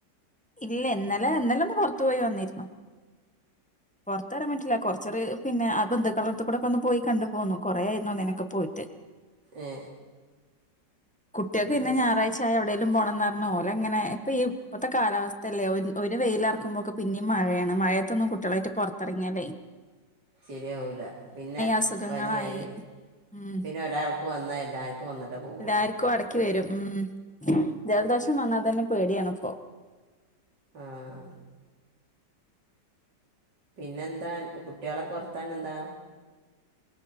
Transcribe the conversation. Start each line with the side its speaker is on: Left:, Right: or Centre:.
Centre: ഇല്ല ഇന്നലെ ഇന്നലൊന്ന് പൊറത്തു പോയി വന്നിര്ന്നു പൊറത്ത് വരാൻ പറ്റില്ല കൊറ്ച്ചൊരു പിന്നെ ആ ബന്ധുക്കളട്ത്തു കൂടെ ഒന്ന് പോയി കണ്ടു പോന്നു കൊറേ ആയിരുന്നു അന്നേനൊക്കെ പോയിട്ട്
Right: ഏ
Centre: കുട്ട്യക്ക് പിന്നെ
Right: അത്
Centre: ഞായറാഴ്ച
Right: ശ-
Centre: ആയ എവിടേലും പോണന്നറഞ്ഞ് ഓലങ്ങനെ ഇപ്പം ഈ ഇപ്പത്തെ കാലാവസ് ഥല്ലേ ഒ ഒരു വെയിലെറക്കുമ്പോക്ക് പിന്നെയും മഴയാണ് മഴയത്തൊന്നും കുട്ട്യളായിട്ട് പൊറത്തറങ്ങിയാല്ലേ
Right: ശരിയാവൂല്ല പിന്നെ
Centre: അസുഖങ്ങളായി
Right: പനിയായി
Centre: ഉം
Right: പിന്നെ ഒരാൾക്ക് വന്ന എല്ലാർക്കും വന്നിട്ടേ പോവുള്ളു
Centre: എല്ലാർക്കും അടക്കി വരും ഉം ജലദോഷം വന്നാ തന്നെ പേടിയാണ് ഇപ്പോ
Right: ആഹ് പിന്നെ എന്താ അന്ക്ക് കുട്ട്യാളൊക്കെ വർത്താനന്താ